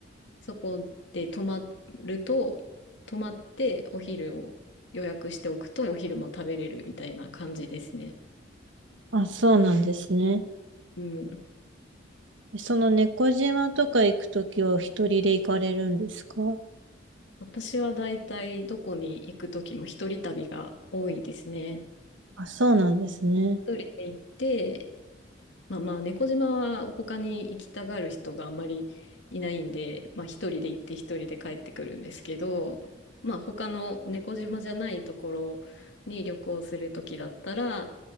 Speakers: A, on the left; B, on the right.
A: そこで泊まると、泊まってお昼を予約しておくとお昼も食べれるみたいな感じですね。
B: あ、そうなんですね。
A: うん。
B: その猫島とか行くときはお一人で行かれるんですか
A: 私はだいたいどこに行くときも一人旅が多いですね。
B: あ、そうなんですね。
A: 一人で行って、まあまあ猫島は他に行きたがる人があんまりいないんで、まあ一人で行って一人で帰ってくるんですけど、まあ他の猫島じゃないところに旅行するときだったら、